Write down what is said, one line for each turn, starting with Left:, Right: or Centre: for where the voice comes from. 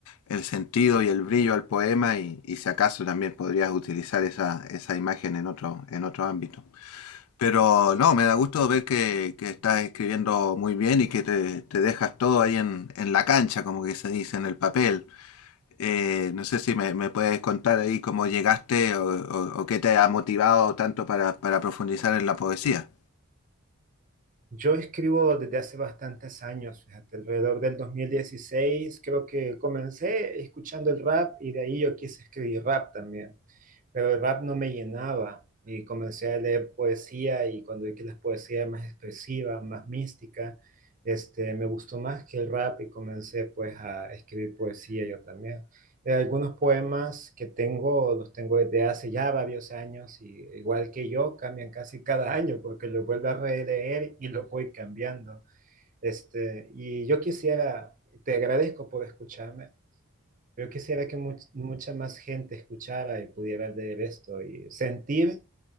Left: el sentido y el brillo al poema y, y si acaso también podrías utilizar esa, esa imagen en otro, en otro ámbito. Pero no, me da gusto ver que, que estás escribiendo muy bien y que te, te dejas todo ahí en, en la cancha, como que se dice en el papel. Eh, no sé si me, me puedes contar ahí cómo llegaste o, o- o qué te ha motivado tanto para, para profundizar en la poesía.
Right: Yo escribo desde hace bastantes años, fíjate, alrededor del 2016 creo que comencé escuchando el rap y de ahí yo quise escribir rap también. pero el rap no me llenaba y comencé a leer poesía y cuando vi que la poesía era más expresiva, más mística, este, me gustó más que el rap y comencé pues a escribir poesía yo también. Eh, algunos poemas que tengo los tengo desde hace ya varios años y igual que yo cambian casi cada año porque los vuelvo a releer y los voy cambiando. Este, y yo quisiera, te agradezco por escucharme yo quisiera que much- mucha más gente escuchara y pudiera leer esto y sentir,